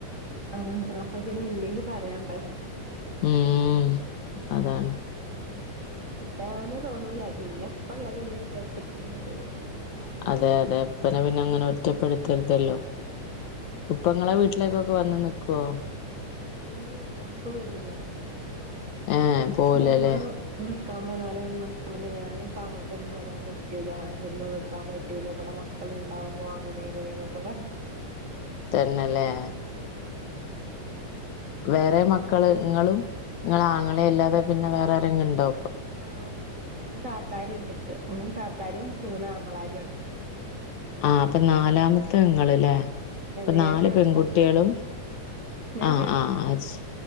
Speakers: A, on the right; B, on the left.
A: ആഹ് അപ്പൊ പിന്നെ ഇല്ലെങ്കി പറയാണ്ടോ
B: ഉം അതാണ്
A: വെരാന് തോന്നൂല പിന്നെ പ്പള്ളതല്ലേ വിചാര്ച്ചിട്ട്ങ്ങനെ പോരും
B: അതെ അതെ ഇപ്പനെ പിന്നെങ്ങനെ ഒറ്റപ്പെട്ത്തര്തല്ലോ
A: ഉം
B: ഉപ്പ ങ്ങളെ വീട്ടിലേക്കൊക്കെ വന്ന് നിക്കോ
A: ഇല്ല ഇല്ല്യാ എവ്ട്ക്കും വെരൂല
B: ഏഹ്
A: വെരാൻ
B: പോവുലല്ലേ
A: പർഞാ നിക്കാൻ പർഞാലൊന്നും നിക്കൂല ഞാനിപ്പങ്ങട്ടൊന്നും വെരാൻ പറ്റൂല വെന്ന് നിക്കാൻ പറ്റ് റ്റൂല ഇവടെ മക്കള്ണ്ടാവോ അങ്ങനെ ഇങ്ങനെന്നൊക്കെ പറയും
B: തെന്നെ ലെ വേറെ മക്കള് ഇങ്ങളും ഇങ്ങളാ ആങ്ങളെ അല്ലാതെ പിന്നെ വേറെ ആരെങ്ണ്ടോ
A: ആഹ് ണ്ട് മൂന്ന് താത്താര്ണ്ട്ക്ക് മൂന്ന് താത്താരും മൂന്നാങ്ങളാരുആണ്
B: ആഹ് അപ്പം നാലാമത്തത് ഇങ്ങള് ലെ ഇപ്പ
A: അല്ല
B: നാല്
A: ഞാൻ ചെറുതാ
B: പെൺകുട്ട്യാളും
A: ഞാൻ
B: ആഹ്
A: ചെറുത്
B: ആഹ് അത് ശെ